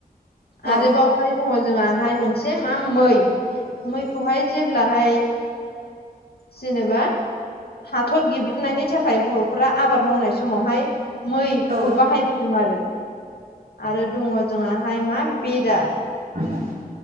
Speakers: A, on the right; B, on the left.
A: औ
B: आरोबाव। हाय दङ जोंहाहाय मोनसे मा मै मैखौहाय जेब्लाहाय जेनेबा हाथर गेब्रुनायनि थाखाय बर'फोरा आबाद मावनाय समावहाय मैखौ
A: औ
B: बाहायबोदों आरो आरो दङ जोंहाहाय मा बेदा।
A: <inaudible>